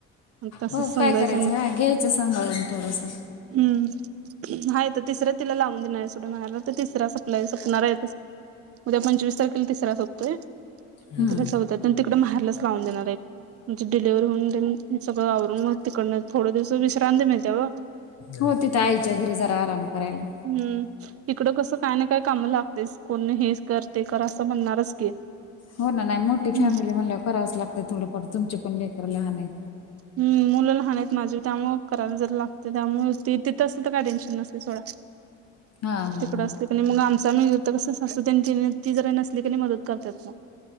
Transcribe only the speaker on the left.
हो
काय करायचं हा घ्यायचं सांभाळून थोडंसं
हम्म
हो तीथ जरा आईच्या घरी जरा आराम. करायला
हो ना नाही मोठी
फॅमिली म्हणल्यावर करावच लागते थोडंफार तुमचे पण लेकर लहान आहेत.
हा हा
हा